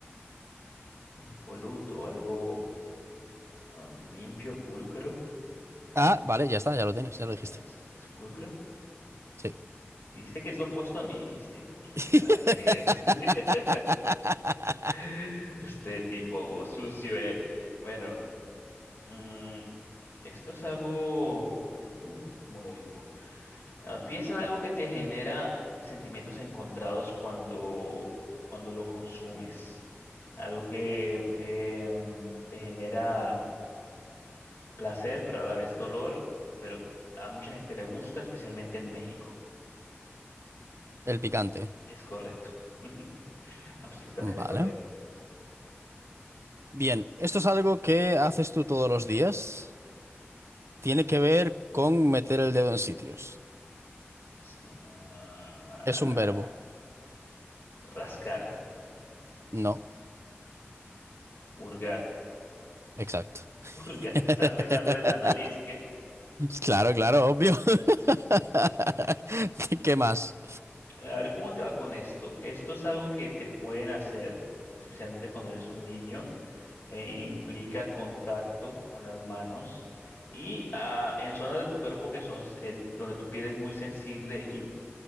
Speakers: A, on the left (about 65°); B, on the right (about 80°).
A: Impoluto, algo am, limpio, pulcro.
B: ah, vale, ya está, ya lo tienes, ya lo
A: Ah,
B: dijiste.
A: ¿Es, es pulcro?
B: Sí.
A: Dijiste que es lo opuesto a mí, este tipo
B: <laughs>
A: que ahora quería decir. <laughs> Este tipo o sucio, eh. Bueno, mm, esto es algo, uh, ¿cómo lo digo? Ah, piensa en algo que te genera sentimientos encontrados cuando, cuando lo consumes. Algo que eh, mm, te genera placer, pero a la vez dolor, pero a mucha gente le gusta, especialmente en México.
B: El picante.
A: Es correcto, <laughs> absolutamente
B: Vale.
A: correcto.
B: Bien, esto es algo que haces tú todos los días. Tiene que ver con meter el dedo en sitios.
A: S- ah,
B: Es un verbo.
A: rascar,
B: No,
A: hurgar,
B: exacto. <laughs>
A: <laughs> hurgar. Estabas pensando en la nariz, que
B: Claro, claro, obvio. <laughs> ¿Qué más?
A: A ver, ¿cómo te va con esto? Esto es algo que te pueden hacer, especialmente cuando eres un niño, e implica contacto con las manos y ah, en zonas de tu cuerpo que son, eh, donde tu piel es muy sensible y